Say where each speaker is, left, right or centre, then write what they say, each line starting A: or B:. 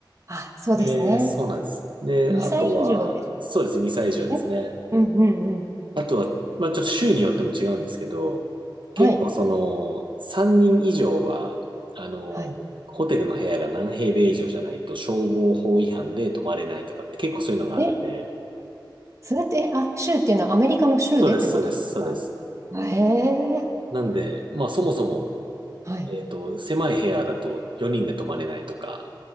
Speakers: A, on the right; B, on the right.
A: あ、そうですね。
B: で、そうなんです。で、
A: 2歳以上です
B: あとは、そうですね、2歳以上ですね。
A: ね。うんうんうん。
B: あとは、まあ、ちょっと州によっても違うんですけど、結構その、
A: はい。
B: 3人以上は、あの、
A: はい。
B: ホテルの部屋が何平米以上じゃないと消防法違反で泊まれないとかって結構そういうのがあって、
A: え、それって、えあ、州っていうのはアメリカの州でってことですか
B: そうです、そうです、そうです。
A: あへえ、
B: なんで、まあそもそも、
A: はい。
B: えっと、狭い部屋だと4人で泊まれないとか、